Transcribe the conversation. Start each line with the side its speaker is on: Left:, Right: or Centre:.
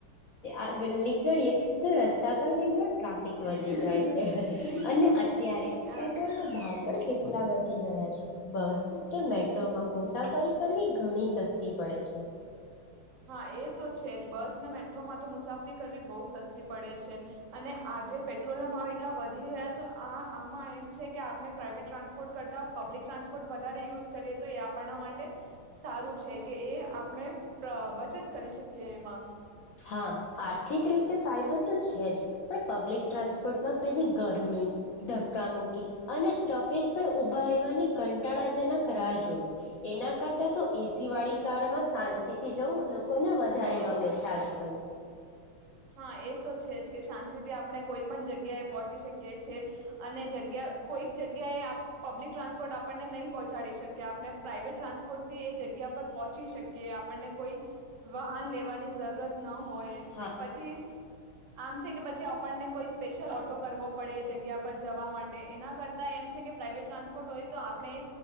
Left: આગળ નીકળીએ તો રસ્તા પર કેટલો ટ્રાફિક વધી જાય છે અને ત્યારે
Right: આ
Left: પેટ્રોલ નો ભાવ પણ કે એટલા વધી ગયા છે બસ કે મેટ્રોમાં મુસાફરી કરવી ઘણી સસ્તી પડે છે
Right: હા એ તો છે જ બસ ને મેટ્રોમાં તો મુસાફરી કરવી બહુ સસ્તી પડે છે અને આજે પેટ્રોલના ભાવ એટલા વધી ગયા તો આ આમાં એમ છે કે આપણે પ્રાઇવેટ ટ્રાન્સપોર્ટ કરતા પબ્લિક ટ્રાન્સપોર્ટ વધારે યુઝ કરીએ તો એ આપણના માટે સારું છે કે એ આપણે બચત કરી શકીએ એમાં
Left: હા આર્થિક રીતે ફાયદો તો છે જ પણ પબ્લિક ટ્રાન્સપોર્ટમાં પેલી ગરમી ધક્કા મૂકી અને સ્ટોપેજ પર ઊભા રહેવાની કંટાળાજનક રાહ જોવી એના કરતાં તો એસીવાળી કારમાં શાંતિથી જવું લોકોને વધારે ગમે છે આ જ કલ
Right: હા એ તો છે જ કે શાંતિથી આપણે કોઈ પણ જગ્યાએ પહોંચી શકીએ છીએ અને જગ્યા કોઈક જગ્યાએ પબ્લિક ટ્રાન્સપોર્ટ આપણને નહી પહોંચાડી શકીએ આપણે પ્રાઇવેટ ટ્રાન્સપોર્ટથી એ જગ્યા પર પહોંચી શકીએ આપણને કોઈ વાહન લેવાની જરૂરત ન હો હોય
Left: હા
Right: પછી, આમ છે કે પછી આપણને કોઈ સ્પેશિયલ ઓટો કરવો પડે એ જગ્યા પર જવા માટે એના કરતા એમ છે કે પ્રાઇવેટ ટ્રાન્સપોર્ટ હોય તો આપણે